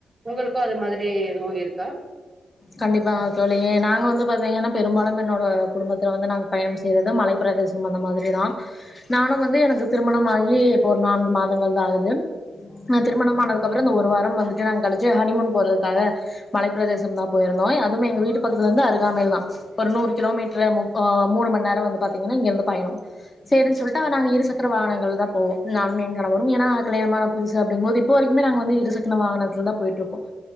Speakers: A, on the right; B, on the left.
A: உங்களுக்கும் அது மாதிரி எதுவும் இருக்கா
B: கண்டிப்பா தோழி நாங்க வந்து பாத்தீங்கன்னா பெரும்பாலும் என்னோட குடும்பத்துல வந்து நாங்க பயணம் செய்யறது மலை பிரதேசம் அந்த மாதிரிதா நானும் வந்து எனக்கு திருமணமாகி ஒரு நான்கு மாதங்கள் தா ஆகுது திருமணம்மானனதுக்கு அப்புறம் இந்த ஒரு வாரம் வந்துட்டு நாங்க கழிச்சு ஹனிமூன் போறதுக்காக மலைப்ப பிரதேசம் தா போயிருந்தோ அதுவும் எங்க வீட்டு பக்கத்துல இருந்து அருகாமையல தா நூறு கிலோமீட்டர் மூணு ம நேரம் வந்து பாத்தீங்கன்னா இங்க இருந்து பயணம் சரினு சொல்லிட்டு நா இருசக்கர வாகங்கள்ல தா போவோ நானும் கணவரும் ஏன்னா கல்யாணமான புதுசு அப்ப இப்ப வரைக்குமே நாங்க வந்து இருசக்கர வாகனத்துல தா போயிட்டு இருக்கோம்